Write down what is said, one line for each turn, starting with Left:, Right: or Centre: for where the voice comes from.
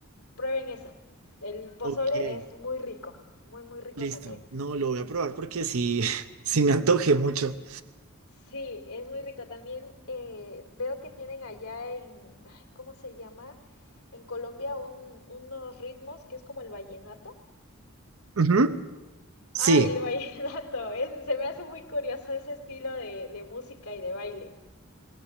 Left: prueben eso. El pozole
Right: Ok.
Left: es muy rico, muy, muy rico
Right: Listo.
Left: también.
Right: No, lo voy a probar porque sí, <laughs> sí me antojé mucho.
Left: Sí, es muy rico. También eh, veo que tienen allá en, ay, ¿cómo se llama? En Colombia un- unos ritmos que es como el vallenato.
Right: Ujú. Sí,
Left: Ah, el vallenato. Es- se me hace muy curioso ese estilo de, de música y de baile.